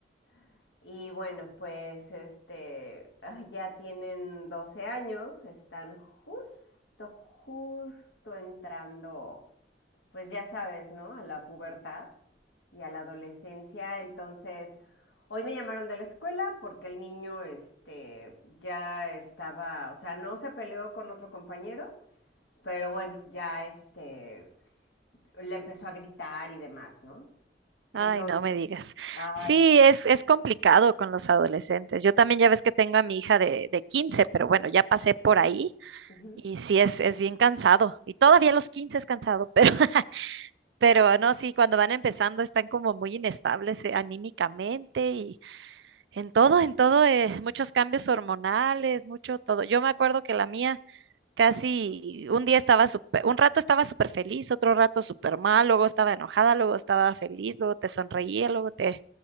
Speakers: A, on the left; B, on the right.
A: <laughs> y bueno, pues este, ay, ya tienen 12 años, están justo, justo entrando pues ya sabes, ¿no? A la pubertad y a la adolescencia. Entonces, hoy me llamaron de la escuela porque el niño este, ya estaba, o sea, no se peleó con otro compañero, pero bueno, ya este, le empezó a gritar y demás, ¿no? Entonces,
B: Ay, no me digas.
A: ay,
B: Sí, es, es complicado con los adolescentes. Yo también ya ves que tengo a mi hija de, de 15, pero bueno, ya pasé por ahí
A: ujú.
B: y sí es, es bien cansado. Y todavía a los 15 es cansado, pero, <laughs> pero no, sí, cuando van empezando están como muy inestables eh, anímicamente y en todo, en todo, eh, muchos cambios hormonales, mucho todo. Yo me acuerdo que la mía... Casi un día estaba súper, un rato estaba súper feliz, otro rato súper mal, luego estaba enojada, luego estaba feliz, luego te sonreía, luego te